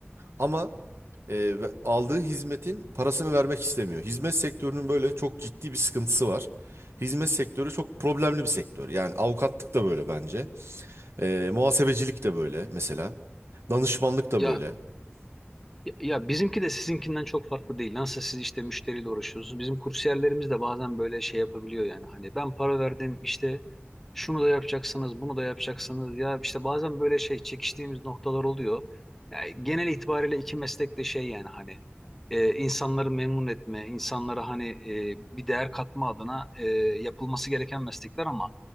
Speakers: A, on the right; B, in the centre.
A: Ama e, ve- aldığı hizmetin parasını vermek istemiyor. Hizmet sektörünün böyle çok ciddi bir sıkıntısı var. Hizmet sektörü çok problemli bir sektör. Yani avukatlık da böyle bence. E, muhasebecilik de böyle mesela. Danışmanlık da
B: ya
A: böyle.
B: Ya, ya bizimki de sizinkinden çok farklı değil. Nasıl siz işte müşteriyle uğraşıyorsunuz. Bizim kursiyerlerimiz de bazen böyle şey yapabiliyor yani. Hani ben para verdim işte şunu da yapacaksınız, bunu da yapacaksınız. Ya işte bazen böyle şey çekiştiğimiz noktalar oluyor. Ya genel itibariyle iki meslek de şey yani hani e, insanları memnun etme, insanlara hani e, bir değer katma adına e, yapılması gereken meslekler ama